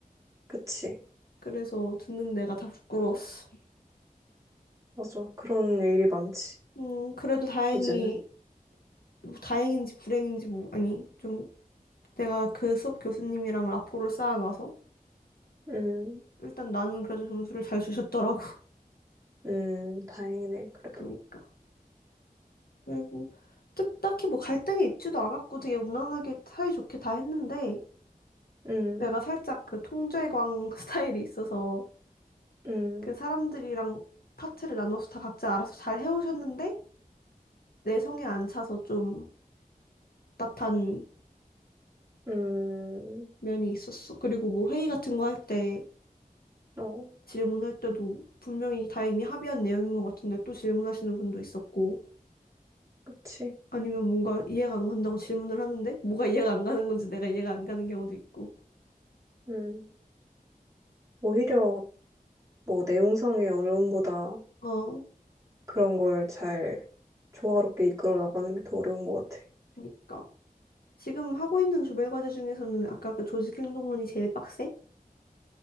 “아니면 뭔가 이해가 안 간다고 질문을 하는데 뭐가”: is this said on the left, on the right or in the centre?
Left